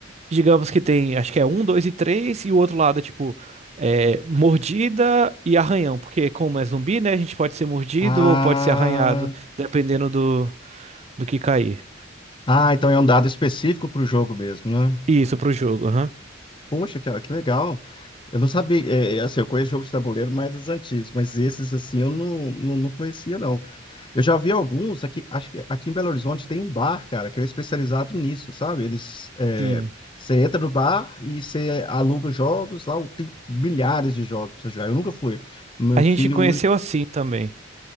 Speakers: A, on the right; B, on the left.
A: digamos que tem, acho que é um, dois e três, e o outro lado é tipo é, mordida e arranhão, porque como é zumbi, né, a gente pode ser mordido
B: Ah,
A: ou pode ser arranhado. Dependendo do, do que cair.
B: ah, então é um dado específico para o jogo mesmo, né?
A: Isso, pro jogo, aham.
B: Poxa, cara, que legal. Eu não sabia, é, é, assim, eu conheço jogos de tabuleiro mais os antigos, mas esses, assim, eu não, não, não conhecia, não. Eu já vi alguns, aqui, acho que aqui em Belo Horizonte tem um bar, cara, que ele é especializado nisso, sabe? Eles, é,
A: Sim.
B: você entra no bar e você aluga os jogos, lá tem milhares de jogos pra você jogar. Eu nunca fui. Meu
A: A gente
B: filho,
A: conheceu
B: único-
A: assim também.